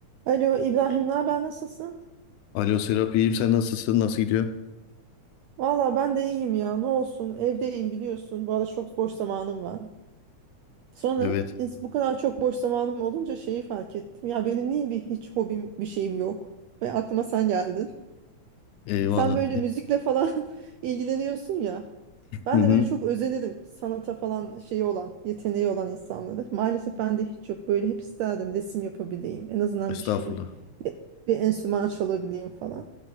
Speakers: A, on the right; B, on the left.
A: Alo İbrahim, ne haber nasılsın?
B: Alo Serap iyiyim sen nasılsın nasıl gidiyor?
A: Valla ben de iyiyim ya ne olsun evdeyim biliyorsun bu arada çok boş zamanım var. Sonra
B: Evet
A: ins- bu kadar çok boş zamanım olunca şeyi fark ettim. Ya benim niye bir hiç hobim bir şeyim yok? Ve aklıma sen geldin.
B: eyvallah.
A: Sen böyle müzikle falan <laughs> ilgileniyorsun ya. Ben
B: Hı hı.
A: de böyle çok özenirim sanata falan şeyi olan, yeteneği olan insanları. Maalesef ben de hiç yok. Böyle hep isterdim resim yapabileyim. En azından
B: Estağfurullah.
A: bir şey, bir, bir enstrüman çalabileyim falan.